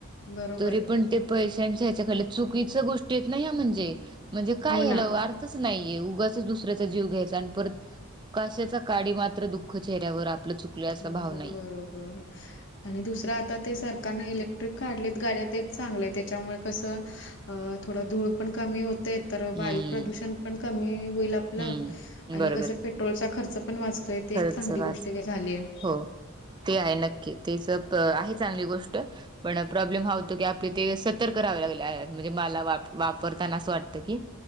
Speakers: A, on the left (about 55°); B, on the right (about 20°).
A: बरोबर
B: तरी
A: आहे.
B: पण ते पैशांच्या ह्याच्याक चुकीच गोष्टी येत नाही ह म्हणजे म्हणजे काय
A: हो ना.
B: याला. नाहीे उगाचच दुसऱ्याचा जीव घ्यायचा आणि परत काशचा. काडी मात्र दुःख चेहऱ्यावर आपलं चुकल असा
A: एकदम
B: भाव नाही.
A: बरोबर. आणि दुसरं आता ते सरकारने इलेक्ट्रिक काढलेत गाड्या ते एक चांगल्या त्याच्यामुळे कसं. अं थोडं धूळ पण कमी होते तर वायू
B: हम्म
A: प्रदूषण पण क होईल आपलं
B: हम्म
A: आणि
B: बरोबर
A: कस. पेट्रोल चा खर्च पण वाचतोय ते
B: खरंच
A: एक चांगली गोष्ट
B: वाच
A: झाली आहे.
B: हो ते आहे नक्की तेच आहे चांगली गोष्ट पण प्रॉब्लेम ह आपले ते सतर्क करावे लागले म्हणजे मला वापरताना असं वाटत की